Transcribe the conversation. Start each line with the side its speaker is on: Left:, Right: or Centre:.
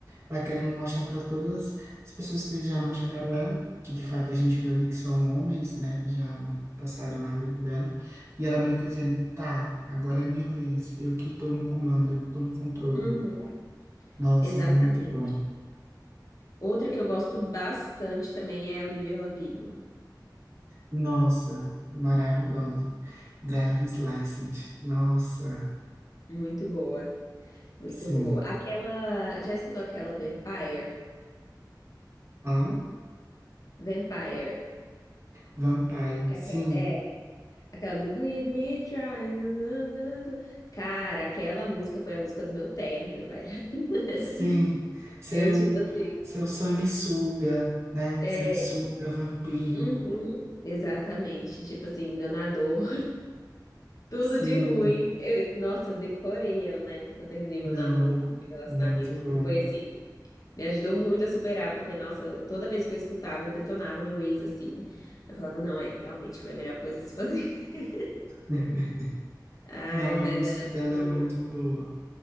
Right: ela querendo mostrar para todas as pessoas que já machucaram ela, que de fato a gente vê ali que são homens, né, que já né, passaram na vida dela, e ela meio que dizendo, tá, agora é minha vez, eu que estou no comando, eu que estou no controle.
Left: uhum,
Right: Nossa,
Left: exatamente.
Right: muito bom.
Left: Outra que eu gosto bastante também é a Olivia Rodrigo.
Right: Nossa, maravilhosa. Driving License. Nossa,
Left: Muito boa, muito
Right: sim.
Left: boa. Aquela, já escutou aquela Vampire?
Right: Qual?
Left: Vampire.
Right: Vampire.
Left: É,
Right: Sim,
Left: aquela- é Aquela do Bleed Me Dry. na, na, na, Cara, aquela música foi a música do meu término, velho. <laughs>
Right: sim. Seu,
Left: Eu, tipo assim,
Right: seu sanguessuga, né?
Left: é.
Right: Sanguessuga, vampiro.
Left: uhum, exatamente. Tipo assim, enganador. <laughs> Tudo
Right: Sim.
Left: de ruim. Eu- nossa, eu decorei ela na época que eu terminei meu
Right: Não,
Left: namoro, meu relacionamento.
Right: muito bom.
Left: E foi assim, me ajudou muito a superar, porque, nossa, toda vez que eu escutava, eu detonava meu ex assim. Eu falava, não, é, realmente foi a melhor coisa a se fazer. <laughs>
Right: <laughs>
Left: Ai,
Right: Não,
Left: mas
Right: a música
Left: ela é
Right: dela
Left: muito
Right: é muito
Left: boa.
Right: boa.